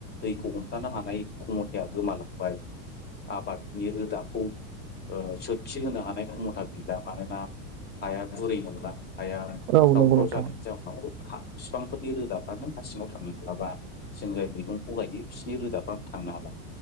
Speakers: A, on the left (about 25°); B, on the right (about 55°).
A: दैखौ हमथानो हानाय खमथाया गोमालांबाय। आबादनि रोदाखौ ओ सोरखि होनो हानाय खमथा गैला मानोना हाया गुरै नंला। हाया
B: औ
A: ख्राव
B: नंगौ
A: ख्राव
B: नोंथां
A: जानायनि जाउनाव हा बिफांफोरनि रोदाफ्रानो हा सिङाव थांनो हालाबा जों जाय मैगंखौ गायो बिसिनि रोदाफ्रानो थांनो हाला